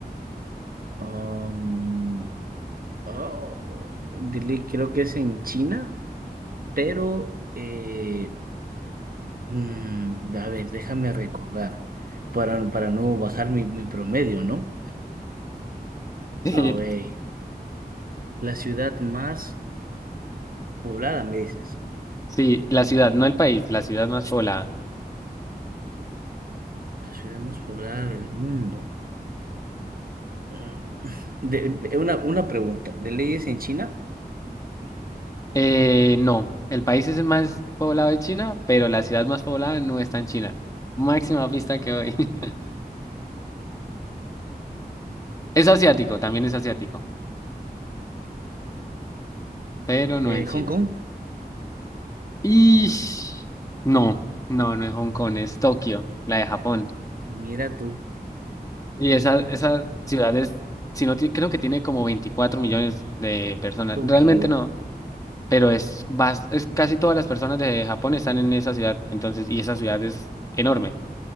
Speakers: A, on the right (about 60°); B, on the left (about 20°).
A: Ok. Um, oh, dile- creo que es en China, pero eh, Mm, a ver, déjame recordar, para, para no bajar mi, mi promedio, ¿no?
B: <laughs>
A: A ver, la ciudad más poblada, me dices,
B: Sí, la ciudad, no el país, la ciudad más poblada.
A: la ciudad más poblada del mundo. Mm, de- de- una, una pregunta, ¿de leyes en China?
B: Eh, no, el país es el más poblado de China, pero la ciudad más poblada no está en China. Máxima pista que doy. <laughs> Es asiático, también es asiático, pero no
A: Eh,
B: es
A: ¿Hong
B: China.
A: Kong?
B: Y no, no, no es Hong Kong, es Tokio, la de Japón.
A: Mira tú,
B: Y esa, esa ciudad es, si no, ti- creo que tiene como 24 millones de personas.
A: Tokio.
B: Realmente no. pero es, bas- es casi todas las personas de Japón están en esa ciudad, entonces, y esa ciudad es enorme.